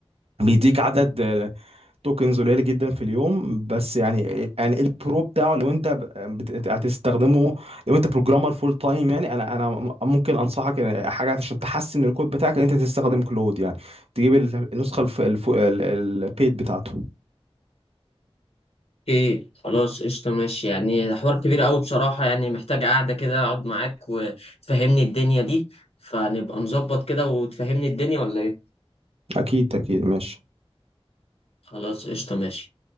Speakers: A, on the right (about 70°); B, on the left (about 75°).
A: بيديك عدد توكنز قليله جدا في اليوم بس يعني يعني البرو بتاعه لو انت ب- بت- هتستخدمه لو انت بروجرامر فول تايم يعني انا انا م- ممكن انصحك ان حاجه عشان تحسن الكود بتاعك ان انت تستخدم كلود يعني تجيب ال- النسخه الف- الف- ال- ال- البيد بتاعته
B: اوكي خلاص قشطه ماشي يعني ده حوار كبير قوي بصراحه يعني محتاج قعده كده اقعد معاك وتفهمني الدنيا دي فنبقى نظبط كده وتفهمني الدنيا ولا ايه
A: اكيد اكيد ماشي
B: خلاص قشطه ماشي